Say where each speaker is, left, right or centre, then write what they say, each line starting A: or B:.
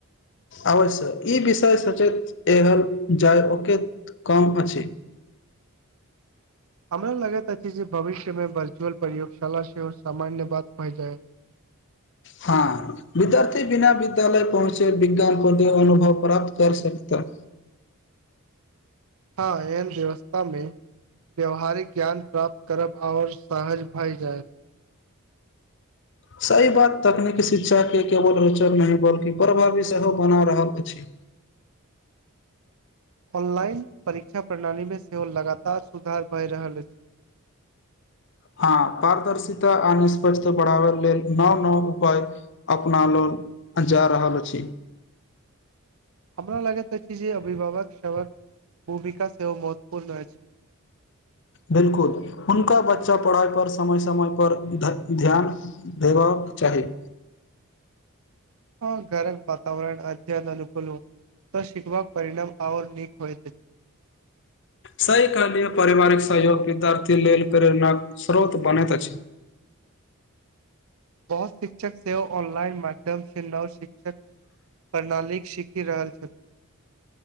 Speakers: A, on the left; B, on the right.
A: अवश्य ई विषय सचेत एहर जाय ओके कम अछि
B: हमरा लगैत अछि जे भविष्य में वर्चुअल प्रयोगशाला सेहो सामान्य बात भए जाय
A: हँ विद्यार्थी बिना विद्यालय पहुँचे विज्ञान को अनुभव प्राप्त कर सकते
B: हँ एहन व्यवस्था में व्याववहारिक ज्ञान प्राप्त करब आओर सहज भए जाय
A: सही बात तकनीकी शिक्षा के केवल रोचक नहि बल्कि प्रभावी सेहो बना रहल अछि
B: ऑनलाइन परीक्षा प्रणाली में सेहो लगातार सुधार भए रहल अछि
A: हँ पारदर्शिता आ निष्पषता बढ़ावै लेल नौव नौव उपाय अपना लोल जा रहल अछि
B: हमरा लगैत अछि जे अभिभावक भूमिका सेहो महत्वपूर्ण अछि
A: बिल्कुल हुनका बच्चा पढ़ाइ पर समय समय पर ध्यान भेबाक चाही
B: हँ घरक वातावरण अध्ययन अनुकूल हो तऽ शिकबाक परिणाम आओर नीक होइ
A: सही कहलियै पारिवारिक सहयोग विद्यार्थी लेल प्रेरणा स्रोत बनैत अछि
B: बहोत शिक्षक सेहो ऑनलाइन माध्यम से नव शिक्षक प्रणाली सीखि रहल छथ